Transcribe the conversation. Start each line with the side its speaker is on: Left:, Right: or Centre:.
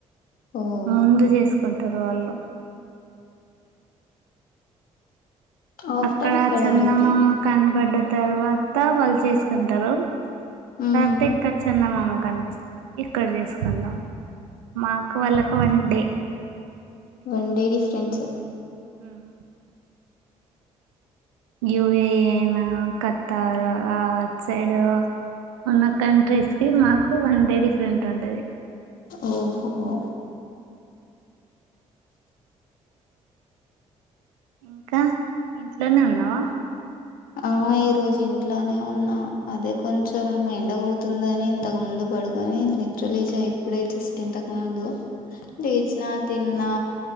Left: ఓహ్!
Right: ముందు చేసుకుంటారు వాళ్ళు
Left: ఆఫ్టర్
Right: అక్కడ
Left: ఇక్కడ
Right: చందమామ
Left: ఇది.
Right: కని పడ్డ తర్వాత వాళ్ళు చేసుకుంటారు
Left: హ్మ్.
Right: తర్త ఇక్కడ చెందమామ నిపిస్తుంది ఇక్కడ చేసుకుందాం మాకు వాళ్ళకు one day
Left: one day difference
Right: ఉమ్మ్ యుూఏఏన్ అయినా కత్తార్ సైడ్ ఉన్న కంట్రీస్ కి మాకు వన్ డే డిఫరెంట్ ఉంటది
Left: ఓహోో
Right: ఇంకా ఇంట్లోనే ఉన్నావా
Left: ఆ ఈ రోజు ఇంట్లోనే ఉన్నా అదే కొంచెం ఎండగొడుతుందని ఇంతకు ముందు పడుకొని నిద్రలే లేచా ఇప్పుడు జస్ట్ ఇంతకు ముందు లేచిన తిన్నా